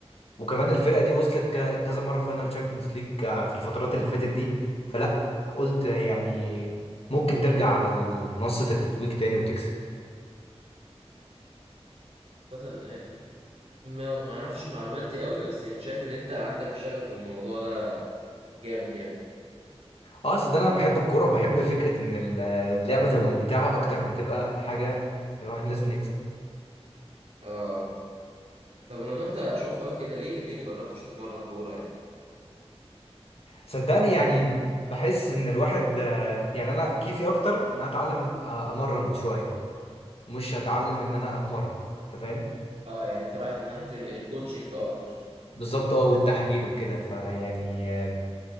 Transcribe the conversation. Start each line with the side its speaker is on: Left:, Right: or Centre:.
Left: وكمان الفرقة دي وصلت ك... كذا مرة فاينال تشامبيونز ليج في الفترات اللي فاتت دي فلا قلت يعني ممكن ترجع على منصة التتويج تاني وتكسب
Right: مثلا آه، ما ما اعرفش المعلومات دي قوي بس يعني شايف ان انت عندك شغف في الموضوع ده جامد يعني
Left: اه اصل ده انا بحب الكوره وبحب فكره ان ال- اللعبه تبقى ممتعه اكتر ما تبقى حاجه الواحد لازم نكسب
Right: اه طب لما انت شغوف قوي كده ليه ليه ما جربتش تتمرن كورة يعني
Left: صدقني يعني بحس ان الواحد آه، يعني انا كيفي اكتر ان انا اتعلم آه، امرن شويه مش هتعلم ان انا اتمرن انت فاهم
Right: اه يعني انت رايح لناحية ال- الكوتشنج اكتر
Left: بالظبط اه والتحليل وكده فيعني آه،